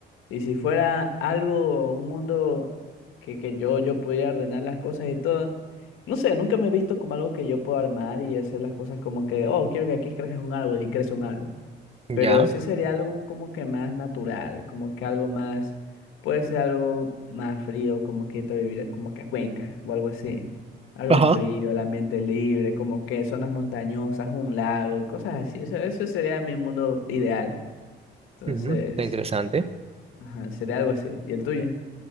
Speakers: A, on the left; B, on the right.
A: Y si fuera algo, un mundo que, que yo, yo pudiera ordenar las cosas y todo, no sé, nunca me he visto como algo que yo puedo armar y hacer las cosas como que, oh, quiero que aquí crezca un árbol y crece un árbol.
B: Ya.
A: Pero sí sería algo como que más natural, como que algo más, puede ser algo más frío, como que te viviría como que a Cuenca o algo así. Algo
B: Ajá.
A: frío, el ambiente libre, como que zonas montañosas, un lago, cosas así. O sea, eso sería mi mundo ideal. Entonces,
B: ujú, Está interesante.
A: ajá, sería algo así. ¿Y el tuyo?